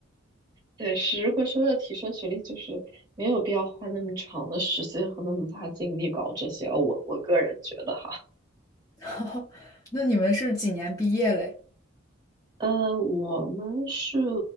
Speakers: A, on the right; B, on the left.
A: 对，是如果是为了提升学历，就是没有必要花那么长的时间和那么大精力搞这些，我我个人觉得。哈。
B: <laughs> 那你们是几年毕业嘞？
A: 呃，我们是